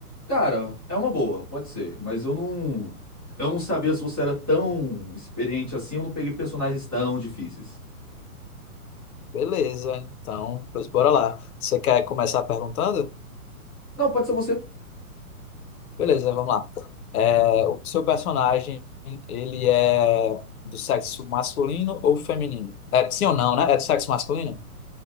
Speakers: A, on the right; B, on the left.
A: Cara, é uma boa, pode ser, mas eu não. Eu não sabia se você era tão experiente assim, eu não peguei personagens tão difíceis.
B: Beleza, então, pois bora lá. Você quer começar perguntando?
A: Não, pode ser você.
B: Beleza, vamos lá. É, o seu personagem, ele é do sexo masculino ou feminino? É, sim ou não, né? É do sexo masculino?